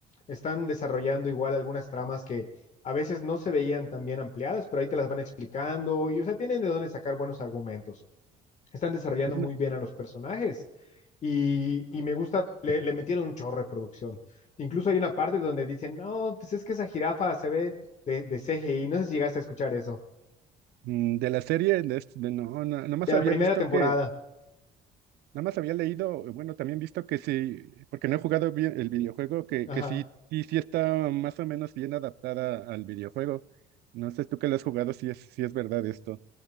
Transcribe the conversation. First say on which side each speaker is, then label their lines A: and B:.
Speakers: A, on the left; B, on the right.
A: Están desarrollando igual algunas tramas que a veces no se veían tan bien ampliadas, pero ahí te las van explicando y, o sea, tienen de dónde sacar buenos argumentos. están desarrollando
B: es
A: muy
B: la-
A: bien a los personajes. Y, y me gusta, le, le, metieron un chorro de producción. Incluso hay una parte donde dicen, no, pues es que esa jirafa se ve de, de CGI. No sé si llegaste a escuchar eso.
B: mm, de la serie, de, es- de no, no, nada más
A: De la
B: había
A: primera
B: visto
A: temporada.
B: que, nada más había leído, bueno, también visto que sí, porque no he jugado bien el videojuego, que,
A: Ajá.
B: que sí, sí, sí está más o menos bien adaptada al videojuego. No sé tú que lo has jugado, si es, si es verdad esto.